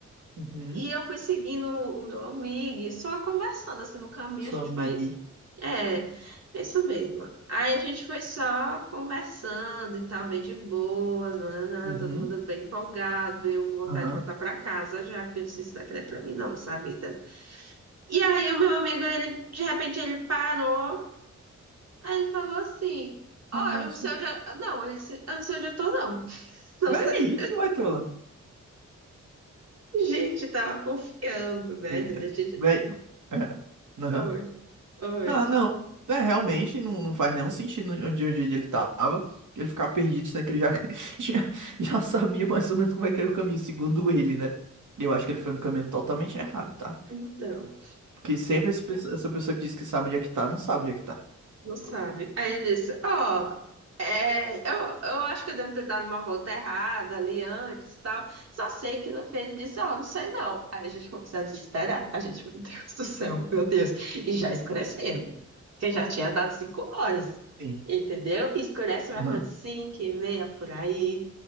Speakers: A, on the right (about 90°); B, on the right (about 60°).
A: uhum.
B: e eu fui seguindo o meu amigo, e só conversando assim no caminho,
A: Sua
B: a gente
A: miri.
B: vai é, isso mesmo. Aí a gente foi só conversando e tal, bem de boas, nananã,
A: Uhum.
B: todo mundo bem empolgado, eu com vontade
A: Aham.
B: de voltar pra casa já, porque eu disse, isso daqui não é pra mim não, essa vida. E aí o meu amigo, ele, de repente, ele parou, aí ele falou assim,
A: Uma
B: ó,
A: onça.
B: eu não sei onde eu... Não, ele disse, eu não sei onde eu tô, não. <laughs> Não
A: Vai
B: sei.
A: isso, vai tola.
B: Gente, tava confiando, né,
A: Eita.
B: nele. A gente...
A: Vai. É. Aham.
B: Oi, oi.
A: Ah, não. É, realmente não, não faz nenhum sentido onde, onde ele tava. Ele ficar perdido, sendo que ele já, <laughs> já, já sabia mais ou menos como é que era o caminho, segundo ele, né? Eu acho que ele foi no caminho totalmente errado, tá?
B: Então...
A: Porque sempre esse pesso- essa pessoa que diz que sabe onde é que tá, não sabe onde é que tá.
B: Não sabe. Aí ele disse, ó, é, eu, eu acho que eu devo ter dado uma volta errada ali antes e tal. Só sei que no fim ele disse, ó, não sei não. Aí a gente começou a desesperar. A gente, meu Deus do céu, meu Deus. E já escurecendo. Porque já tinha dado cinco horas.
A: Sim.
B: Entendeu? E Escurece mais
A: Aham.
B: ou menos cinco e meia por aí.